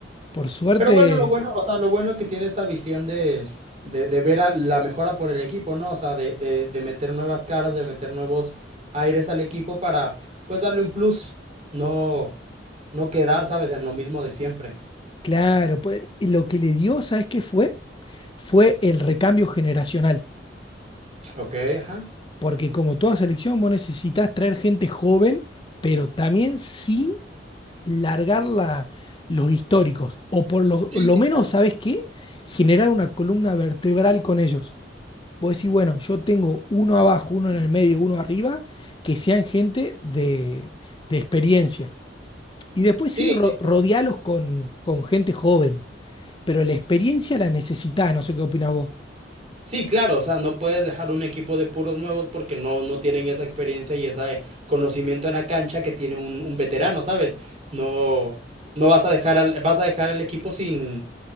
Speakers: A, on the left; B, on the right.
A: por suerte,
B: Pero bueno, lo bueno, o sea, lo bueno es que tiene esa visión de, de, de ver a la mejora por el equipo, ¿no? O sea, de, de, de meter nuevas caras, de meter nuevos aires al equipo para, pues, darle un plus. No, no quedar, ¿sabes? En lo mismo de siempre.
A: claro, pues, lo que le dio, ¿sabes qué fue? Fue el recambio generacional,
B: Ok, ajá.
A: porque como toda selección vos necesitas traer gente joven, pero también sin largar la- los históricos, o por lo,
B: Sí,
A: lo
B: sí,
A: menos,
B: claro.
A: ¿sabes qué? Generar una columna vertebral con ellos. Vos decís, bueno, yo tengo uno abajo, uno en el medio, uno arriba, que sean gente de, de experiencia. Y después sí,
B: Sí,
A: ro-
B: sí,
A: rodealos
B: sí.
A: con, con gente joven, pero la experiencia la necesitás, no sé qué opinas vos.
B: Sí, claro, o sea, no puedes dejar un equipo de puros nuevos porque no, no tienen esa experiencia y ese conocimiento en la cancha que tiene un, un veterano, ¿sabes? No, no vas a dejar al, vas a dejar al equipo sin,